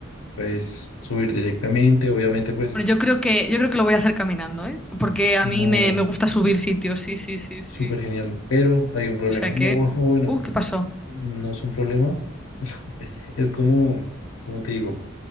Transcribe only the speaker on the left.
puedes subir directamente, obviamente pues
no,
súper genial, pero hay un problema.
No,
<laughs> bueno,
no es un problema, <laughs> es como, como te digo,